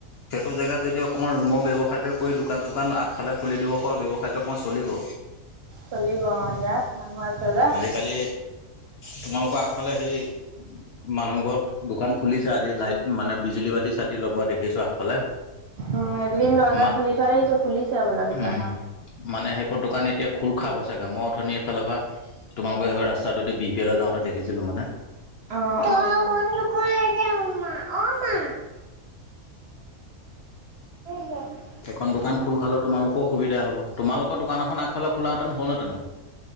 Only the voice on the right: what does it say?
চলিব ইয়াত মানুহ আছে যে।
উম, একেইদিন দৰ্জা
খুলি থোৱা দেখিছ, খুলিছে বোলা দোকানৰ।
অহ', অহ'। <unintelligible> অহ, মা <unintelligible>